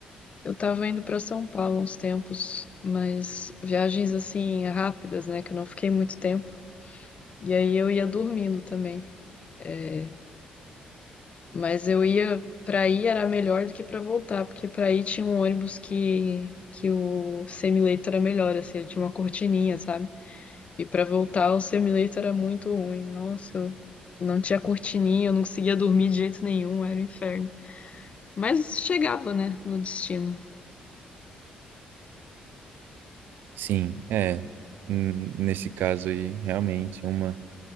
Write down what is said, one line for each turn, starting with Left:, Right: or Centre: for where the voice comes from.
Left: eu tava indo pra São Paulo uns tempos, mas viagens assim rápidas, né? Que eu não fiquei muito tempo. E aí eu ia dormindo também. É, Mas eu ia pra ir era melhor do que pra voltar, porque pra ir tinha um ônibus que que o semileito era melhor, assim, ele tinha uma cortininha, sabe? E pra voltar o semileito era muito ruim. Nossa, eu não tinha cortininha, eu não conseguia dormir de jeito nenhum, era um inferno. Mas chegava, né, no destino.
Right: Sim, é. hum, Nesse caso aí, realmente uma,